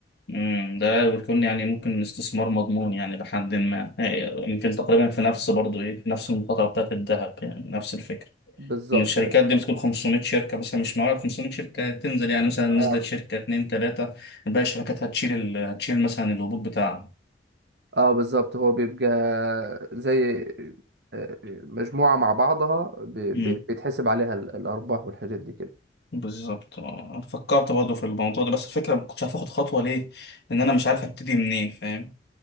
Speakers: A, on the left; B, on the right.
A: مم، ده بيكون يعني ممكن استثمار مضمون يعني لحد ما آه، يمكن تقريبا في نفس برضه ايه في نفس المخاطره بتاعت الذهب يعني نفس الفكره
B: بالظبط
A: ان الشركات
B: أيوة.
A: دي بتكون 500 شركه مثلا مش معقول 500 شركه تنزل يعني مثلا نزلت
B: اه
A: شركه اتنين تلاته باقي الشركات هتشيل ال... هتشيل مثلا الهبوط بتاعها
B: اه بالظبط هو بيبقى زي آه، مجموعة مع بعضها ب-
A: مم،
B: ب- بيتحسب عليها ال- الارباح والحاجات دي كده
A: بالظبط آه، فكرت برضه في الموضوع ده بس الفكره ما كنتش عارف اخد خطوه ليه ان انا مش عارف ابتدي منين فاهم